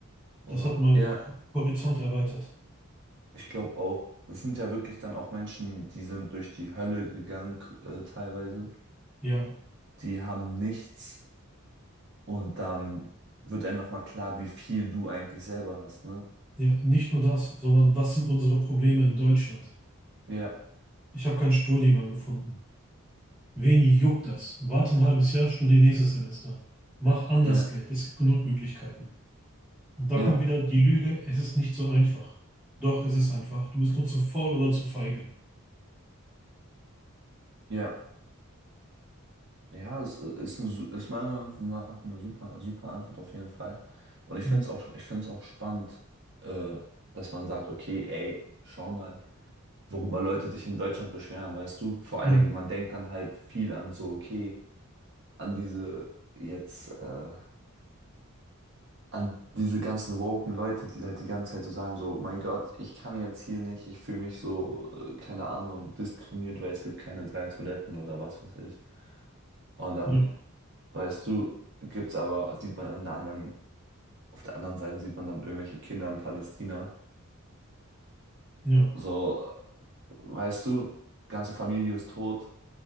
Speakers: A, on the right (about 55°); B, in the centre.
A: oh,
B: Das hat meinen
A: ja,
B: Horizont erweitert.
A: ich glaube auch. Das sind ja wirklich dann auch Menschen, die sind durch die Hölle gegangen, äh, teilweise.
B: Ja,
A: Die haben nichts und dann wird einem nochmal klar, wie viel du eigentlich selber hast, ne?
B: ja, nicht nur das, sondern was sind unsere Probleme in Deutschland?
A: Ja,
B: Ich habe keinen Studiengang gefunden. Wenig juckt das. Warte ein halbes Jahr, studiere nächstes Semester. Mach anders
A: ja,
B: Geld. Es gibt genug Möglichkeiten. Und da
A: ja,
B: kommt wieder die Lüge, es ist nicht so einfach. Doch, es ist einfach. Du bist nur zu faul oder zu feige.
A: ja. Ja, es äh, ist, ein, su- ist meiner Meinung nach eine super, super Antwort auf jeden Fall. Und ich
B: Ja,
A: finde es auch, ich finde es auch spannend, äh, dass man sagt, okay, ey, schau mal, worüber Leute sich in Deutschland beschweren, weißt du? Vor allen
B: ja,
A: Dingen, man denkt dann halt viel an so, okay, an diese jetzt, äh, an diese ganzen woken Leute, die halt die ganze Zeit so sagen, so, oh mein Gott, ich kann jetzt hier nicht, ich fühle mich so, äh, keine Ahnung, diskriminiert, weil es gibt keine drei Toiletten oder was weiß ich. Und dann
B: ja,
A: Weißt du, gibt's aber, sieht man an der anderen, auf der anderen Seite sieht man dann irgendwelche Kinder in Palästina.
B: ja.
A: So, weißt du, ganze Familie ist tot